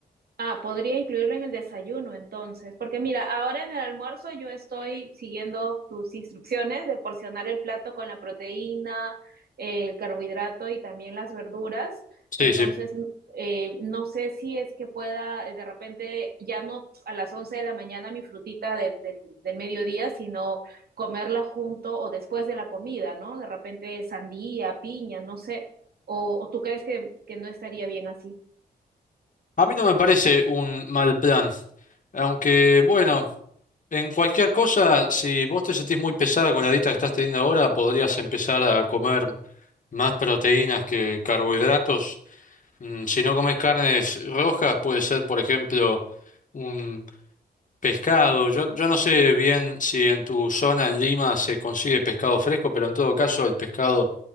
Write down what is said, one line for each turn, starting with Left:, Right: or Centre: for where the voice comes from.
Right: Ah, podría incluirlo en el desayuno entonces, porque mira, ahora en el almuerzo yo estoy siguiendo tus instrucciones de porcionar el plato con la proteína, eh, el carbohidrato y también las verduras.
Left: Sí,
Right: Entonces,
Left: sí.
Right: n- eh, no sé si es que pueda eh, de repente ya no a las 11 de la mañana mi frutita del, del, del mediodía, sino comerla junto o después de la comida, ¿no? De repente sandía, piña, no sé. ¿O, o tú crees que, que no estaría bien así?
Left: A mí no me parece un mal plan, aunque bueno. En cualquier cosa, si vos te sentís muy pesada con la dieta que estás teniendo ahora, podrías empezar a comer más proteínas que carbohidratos. Mm, Si no comes carnes rojas, puede ser, por ejemplo, un pescado. Yo, yo no sé bien si en tu zona, en Lima, se consigue pescado fresco, pero en todo caso, el pescado